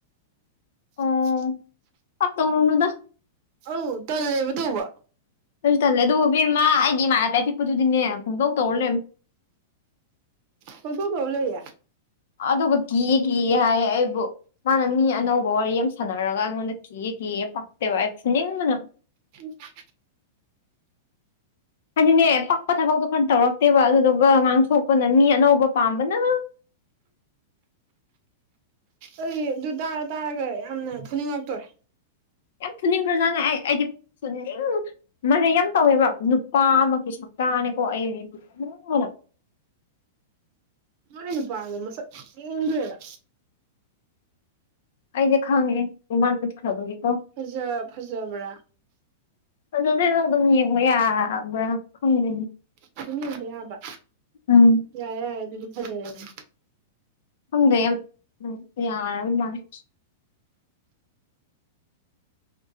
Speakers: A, on the right; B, on the left.
A: ꯍ
B: ꯑꯣ ꯄꯥꯛ ꯇꯧꯔꯨꯅꯨꯗ
A: ꯑꯧ ꯇꯜꯂꯦꯕ ꯇꯧꯕ꯫
B: ꯑꯩꯁꯨ ꯇꯜꯂꯦ ꯑꯗꯨ ꯍꯕꯦꯝꯃ ꯑꯩꯗꯤ ꯏꯃꯥꯅꯕꯤ ꯑꯄꯤꯛꯄꯤꯗꯨꯗꯤꯅꯦ ꯄꯨꯡꯇꯧ ꯇꯧꯔ ꯂꯩꯔꯝꯃꯤ꯫
A: ꯀꯣꯏ ꯀꯧ ꯀꯧꯔ ꯂꯩꯌꯦ꯫
B: ꯑꯗꯧꯒ ꯀꯤꯌꯦ ꯀꯤꯌꯦ ꯍꯥꯏꯌꯦ ꯑꯩꯕꯨ꯫ ꯃꯥꯅ ꯃꯤ ꯑꯅꯧꯕ ꯋꯥꯔꯤ ꯌꯥꯝ ꯁꯥꯟꯅꯔꯒ ꯑꯩꯉꯣꯟꯗ ꯀꯤꯌꯦ ꯀꯤꯌꯦ ꯄꯥꯛꯇꯦꯕ ꯑꯩ ꯐꯨꯅꯤꯡꯕꯅ꯫
A: <unintelligible>
B: ꯍꯥꯏꯗꯤꯅꯦ ꯄꯛꯄ ꯊꯕꯛꯇꯣ ꯈꯔ ꯇꯧꯔꯛꯇꯦꯕ ꯑꯗꯨꯗꯨꯒ ꯉꯥꯡꯊꯣꯛꯄꯅ ꯃꯤ ꯑꯅꯧꯕ ꯄꯥꯝꯕꯅ꯫
A: ꯑꯩ ꯑꯗꯨ ꯇꯥꯔ ꯇꯥꯔꯒ ꯌꯥꯝꯅ ꯐꯨꯅꯤꯡꯉꯛꯇꯣꯔꯦ꯫
B: ꯌꯥꯝ ꯐꯨꯅꯤꯡꯈ꯭ꯔꯖꯥꯠꯅꯦ ꯑꯩ ꯑꯩꯗꯤ ꯐꯨꯅꯤꯡ ꯃꯔꯩ ꯌꯥꯝ ꯇꯧꯋꯦꯕ ꯅꯨꯄꯥꯃꯛꯀꯤ ꯁꯛꯇꯥꯅꯦꯀꯣ ꯑꯩ ꯐꯨꯅꯤꯡꯕꯅ꯫
A: ꯃꯥꯏ ꯅꯨꯄꯥꯗꯣ ꯃꯁꯛ ꯌꯦꯡꯅꯤꯡꯒꯔꯦꯗ꯫
B: ꯑꯩꯗꯤ ꯈꯪꯉꯦ ꯃꯥꯅ ꯑꯨꯠꯈ꯭ꯔꯕꯒꯤꯀꯣ꯫
A: ꯐꯖ ꯐꯖꯕ꯭ꯔꯥ꯫
B: ꯐꯖꯗꯦꯗ ꯑꯗꯨꯝ ꯌꯦꯡꯕ ꯌꯥꯕ꯭ꯔꯥ ꯈꯪꯗꯦꯅꯦ꯫
A: ꯑꯗꯨꯝ ꯌꯦꯡꯕ ꯌꯥꯕ꯫
B: ꯎꯝ꯫
A: ꯌꯥꯔꯦ ꯌꯥꯔꯦ ꯑꯗꯨꯗꯤ ꯐꯖꯔꯗꯤ꯫
B: ꯍꯪꯗꯦ ꯑꯩ ꯑꯝ ꯌꯥꯔꯕꯃꯥꯜꯂꯦ꯫